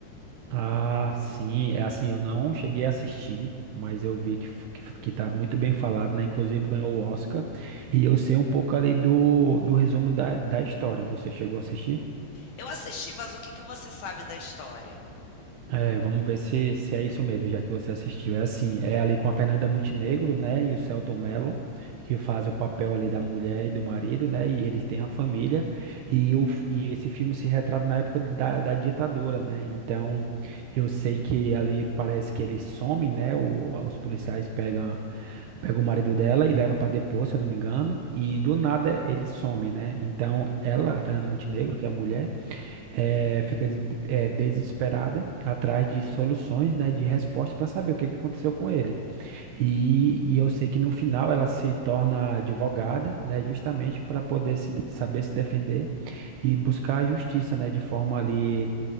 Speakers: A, on the right; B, on the left.
A: Ah, sim, é assim, eu não cheguei a assistir, mas eu vi que, f- que, f- que tá muito bem falado, né? Inclusive ganhou o Oscar. E eu sei um pouco ali do, do resumo da, da história. Você chegou a assistir?
B: Eu assisti, mas o que que você sabe da história?
A: É, vamos ver se, se é isso mesmo, já que você assistiu. É assim, é ali com a Fernanda Montenegro, né, e o Selton Mello, que faz o papel ali da mulher e do marido, né, e eles têm a família, e, o, f- e esse filme se retrata na época da, da ditadura, né, então eu sei que ali parece que ele some, né, o, a- os policiais pegam, pegam o marido dela e leva para depor, se eu não me engano, e do nada ele some, né, então ela, a Fernanda Montenegro, que é a mulher, é, fica des- é, desesperada atrás de soluções, né, de resposta para saber o que que aconteceu com ele. E, e eu sei que no final ela se torna advogada, né, justamente para poder se, saber se defender e buscar a justiça, né, de forma ali,